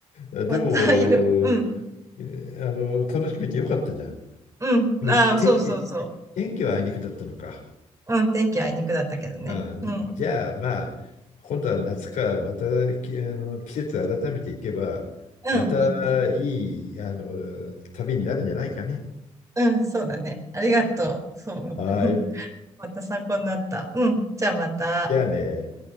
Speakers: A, on the left (about 70°); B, on the right (about 25°).
A: あでも、
B: また、いろ、うん、
A: えあの、楽しめてよかったじゃん。
B: うん。
A: でも天気、
B: ああ、そうそうそ
A: 天気はあいにくだったのか。
B: う。うん、天気あいにくだったけどね。
A: うん。でじゃあまあ、
B: うん、
A: 今度は夏か、またき、あの、季節改めていけば、
B: うん、
A: またいい、
B: 行ってみ。
A: あの、旅になるんじゃないかね。
B: うん、そうだね。ありがとう。そう。
A: はい。
B: <laughs> また参考になった。うん、じゃあまた。
A: じゃあね。